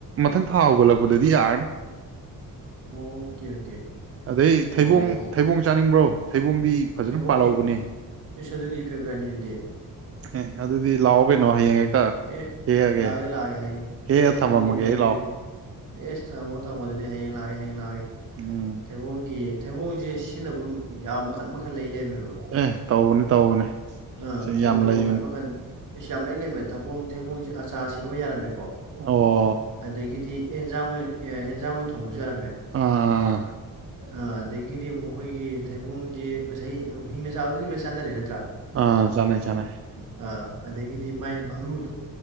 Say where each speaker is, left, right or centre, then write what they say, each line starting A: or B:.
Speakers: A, on the right; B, on the right.
A: ꯃꯊꯪ ꯊꯥ ꯍꯧꯒꯠꯂꯛꯄꯗꯗꯤ ꯌꯥꯔꯅꯤ
B: ꯑꯣꯀꯦ ꯑꯣꯀꯦ
A: ꯑꯗꯩ
B: ꯑꯣ
A: ꯊꯩꯕꯣꯡ ꯊꯩꯕꯣꯡ ꯆꯥꯅꯤꯡꯕ꯭ꯔꯣ ꯊꯩꯕꯣꯡꯗꯤ ꯐꯖꯅ
B: ꯊꯩꯕꯣꯡ
A: ꯄꯥꯜꯍꯧꯕꯅꯦ
B: ꯑꯦ ꯏꯁ ꯑꯗꯨꯗꯤ ꯐꯦꯕꯔꯥꯏꯠꯅꯤ ꯑꯗꯨꯗꯤ
A: ꯑꯦ ꯑꯗꯨꯗꯤ ꯂꯥꯛꯑꯣ ꯀꯩꯅꯣ ꯍꯌꯦꯡ ꯍꯦꯛꯇ
B: ꯑꯦ
A: ꯍꯦꯛꯑꯒꯦ
B: ꯂꯥꯛꯑꯒꯦ ꯂꯥꯛꯑꯒꯦ ꯍꯥꯌꯦꯡ
A: ꯍꯦꯛꯑ
B: ꯑꯦꯁ
A: ꯊꯝꯃꯝꯃꯒꯦ
B: ꯑꯗꯨꯗꯤ ꯃꯩꯅꯦ
A: ꯑꯩ ꯂꯥꯛꯑꯣ
B: ꯑꯗꯨꯗꯤ ꯑꯦꯁ ꯊꯝꯃꯣ ꯊꯝꯃꯣ ꯑꯗꯨꯗꯤ ꯍꯌꯦꯡ ꯂꯥꯛꯑꯒꯦ ꯍꯌꯦꯡ ꯂꯥꯛꯑꯒꯦ
A: ꯎꯝ
B: ꯊꯩꯕꯣꯡꯒꯤ ꯊꯩꯕꯣꯡꯁꯦ ꯁꯤꯖꯤꯟꯅꯐꯝ ꯌꯥꯝ ꯃꯈꯜ ꯃ ꯈꯟ ꯂꯩ ꯂꯩꯔꯝꯃꯦꯕ
A: ꯑꯦ ꯇꯧꯕꯅꯤ ꯇꯧꯕꯅꯤ
B: ꯑ
A: ꯁꯤ
B: ꯊꯩꯕꯣꯡꯁꯦ
A: ꯌꯥꯝ ꯂꯩꯕꯅꯤ
B: ꯃꯈꯟ ꯃꯈꯟ ꯏꯁ ꯌꯥꯝ ꯂꯩ ꯂꯩꯔꯝꯃꯦ ꯊꯕꯣꯡ ꯊꯩꯕꯣꯡꯁꯦ ꯑꯆꯥꯔ ꯁꯦꯝꯕ ꯌꯥꯔꯝꯃꯦꯀꯣ
A: ꯑꯣ
B: ꯑꯗꯒꯤꯗꯤ ꯑꯦꯟꯖꯥꯡ ꯑꯣꯏꯅ ꯑꯦꯟꯖꯥꯡ ꯑꯣꯏꯅ ꯊꯣꯡꯕꯁꯨ ꯌꯥꯔꯝꯃꯦ
A: ꯑꯥ ꯑꯥ
B: ꯑ ꯑꯗꯒꯤꯗꯤ ꯑꯃꯨꯛ ꯑꯈꯣꯏꯒꯤ ꯊꯩꯕꯣꯡꯖꯦ ꯉꯁꯥꯏ ꯍꯤꯡꯅ ꯆꯥꯕꯗꯨꯗꯤ ꯂꯣꯏ ꯆꯥꯟꯅꯔꯦ ꯅꯠꯇ꯭ꯔꯥ
A: ꯑꯥ ꯆꯥꯟꯅꯩ ꯆꯥꯟꯅꯩ
B: ꯑ ꯑꯗꯒꯤꯗꯤ ꯃꯥꯏ ꯃꯔꯨꯗꯣ